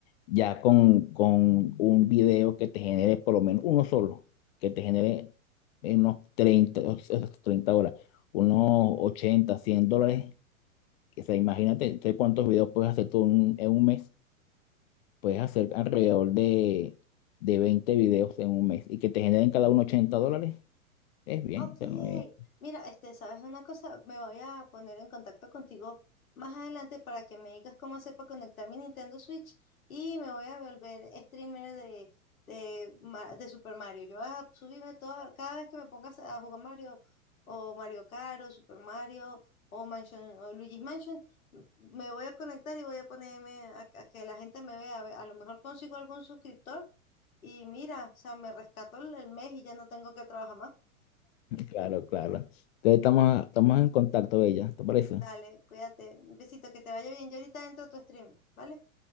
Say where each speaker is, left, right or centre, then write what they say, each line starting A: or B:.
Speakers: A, on the left (about 50°); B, on the left (about 75°).
A: ya con, con un video que te genere por lo menos uno solo, que te genere en unos 30, o sea, 30 horas, unos 80, 100 dólares. O sea, imagínate, ¿tú ¿cuántos videos puedes hacer tú en un en un mes? Puedes hacer alrededor de, de 20 videos en un mes y que te generen cada uno 80 dólares. Es bien,
B: Ok,
A: o sea, no es-
B: mira, este, ¿sabes una cosa? Me voy a poner en contacto contigo más adelante para que me digas cómo hacer para conectar mi Nintendo Switch y me voy a volver streamer de, de, Ma- de Super Mario. Yo voy a subirme toda, cada vez que me pongas a jugar Mario o Mario Kart o Super Mario o Mansion o Luigi's Mansion, m- me voy a conectar y voy a ponerme a, a que la gente me vea. A ver, a lo mejor consigo algún suscriptor y mira, o sea, me rescato el el mes y ya no tengo que trabajar más.
A: <laughs> Claro, claro. Entonces estamos, estamos en contacto, Bella. ¿Te parece?
B: Dale, cuídate. Un besito, que te vaya bien. Yo ahorita entro a tu stream, ¿vale?